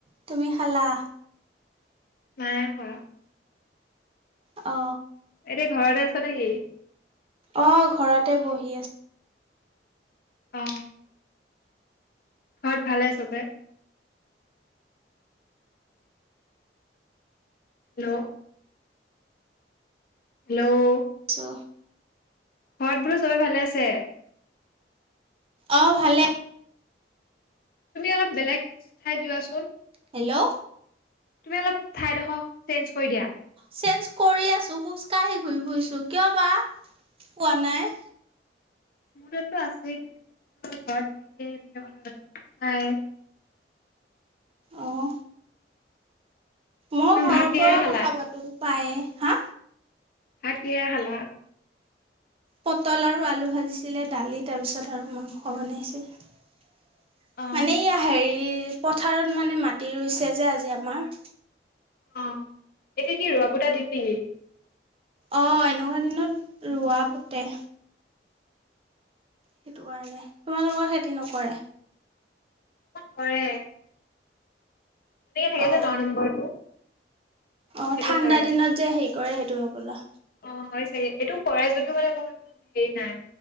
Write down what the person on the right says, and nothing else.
তুমি খালা?
অ।
অ ঘৰতে বহি আছো।
ক <unintelligible>
অ ভালে।
হেল্ল',
চেঞ্জ কৰি আছো, খোজকাঢ়ি ঘূৰি ফুৰিছো, কিয় বা পোৱা নাই।
অঁ। মই
ঘৰৰ
পৰা
কথা পাতোতো প্ৰায়ে। হা?
পটল আৰু আলু ভাজিছিলে, দালি, তাৰপিছত আৰু মাংস বনাইছিল।
মানে ইয়া হেৰি পথাৰত মানে মাটি ৰুইছে যে আজি আমাৰ।
অ এনেকুৱা দিনত ৰোৱা পোতে সেইটো কাৰণে। তোমালোকৰ খেতি নকৰে?
অ
অ
ঠাণ্ডা
দিনত যে হেৰি কৰে সেইটো হ'বলা।